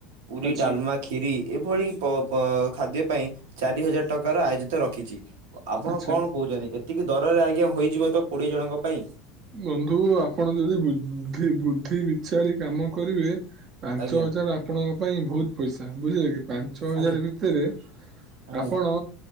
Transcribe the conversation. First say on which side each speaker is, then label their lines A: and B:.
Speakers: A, on the right (about 80°); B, on the right (about 40°).
A: ପୁରୀ
B: ଆଚ୍ଛା
A: ଡାଲମା ଖିରି, ଏଭଳି ପ ପ ଖାଦ୍ୟ ପାଇଁ ଚାରି ହଜାର ଟଙ୍କାର ଆୟୋଜିତ ରଖିଛି। ଆପଣ
B: ଆଚ୍ଛା
A: କଣ କହୁଛନ୍ତି, ଏତିକି ଦରରେ ଆଜ୍ଞା ହୋଇଯିବ ତ କୋଡିଏ ଜଣଙ୍କ ପାଇଁ?
B: ବନ୍ଧୁ ଆପଣ ଯଦି ବୁଦ୍ଧି, ବୁଦ୍ଧି ବିଚାରି କାମ କରିବେ ପାଞ୍ଚ
A: ଆଜ୍ଞା
B: ହଜାର ଆପଣଙ୍କ ପାଇଁ ବହୁତ ପଇସା ବୁଝିଲେ କି। ପାଞ୍ଚ ହଜାର
A: ଆଜ୍ଞା
B: ଭିତରେ,
A: ଆଜ୍ଞା
B: ଆପଣ